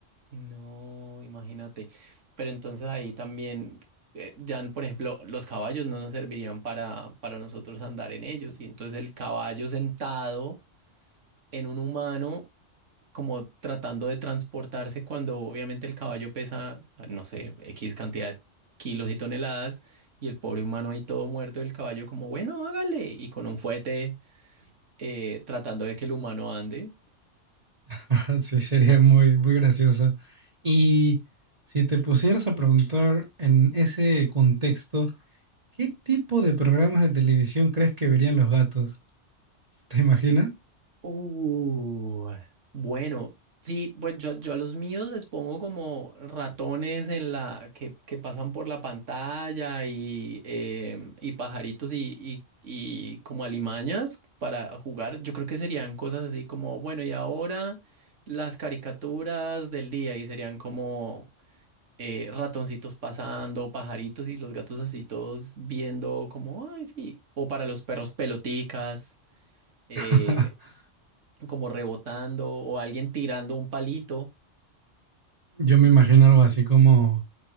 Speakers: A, on the right; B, on the right.
A: No, imagínate. Pero entonces ahí también, eh, ya por ejemplo, los caballos no nos servirían para, para nosotros andar en ellos. Y entonces el caballo sentado en un humano, como tratando de transportarse cuando obviamente el caballo pesa, no sé, X cantidad de kilos y toneladas, y el pobre humano ahí todo muerto, y el caballo como, bueno, hágale, y con un fuete eh, tratando de que el humano ande.
B: <laughs> Sí, sería muy, muy gracioso. Y si te pusieras a preguntar en ese contexto, ¿qué tipo de programas de televisión crees que verían los gatos? ¿Te imaginas?
A: Uh, bueno, sí, pues yo, yo a los míos les pongo como ratones en la que, que pasan por la pantalla y, em, y pajaritos y, y, y como alimañas para jugar. Yo creo que serían cosas así como, bueno, y ahora las caricaturas del día y serían como eh, ratoncitos pasando, pajaritos y los gatos así todos viendo como, ay, sí, o para los perros peloticas. eh,
B: <laughs>
A: como rebotando o alguien tirando un palito.
B: Yo me imagino algo así como,